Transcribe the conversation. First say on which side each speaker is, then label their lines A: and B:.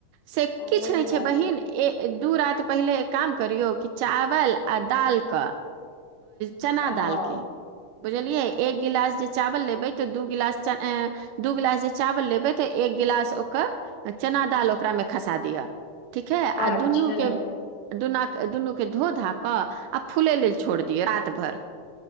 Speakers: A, on the right (about 85°); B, on the left (about 60°).
A: से
B: वही
A: किछ नय
B: बात
A: छै बहिन ए दू रात पहिले एक काम करियौ कि चावल आ दाल क चना
B: ह
A: दाल के बुझलियै एक गिलास जे चावल लेबै तऽ दू गिलास ए दू गिलास जे चावल लेबै तऽ एक गिलास ओकर चना दाल ओकरामे खसा दिह ठीक है आ
B: अच्छा
A: दुनूके दुनक दुनू के धो धा कऽ आ फूले लेल छोड़ दियअ रात भर